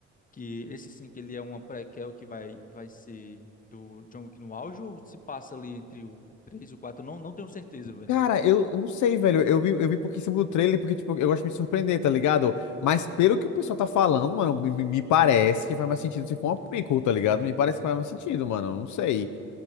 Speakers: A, on the left (about 25°); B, on the left (about 75°).
A: que esse 5 ele é uma prequel que vai, vai ser do John Wick no auge ou se passa ali entre o 3 e o 4? Eu Não, não tenho certeza, velho.
B: Cara, eu eu não sei, velho. Eu vi, eu vi porque em cima do trailer, porque, tipo, eu gosto de me surpreender, tá ligado? Mas pelo que o pessoal tá falando, mano, me, me parece que faz mais sentido se for uma prequel, tá ligado? Me parece que faz mais sentido, mano. eu Não sei.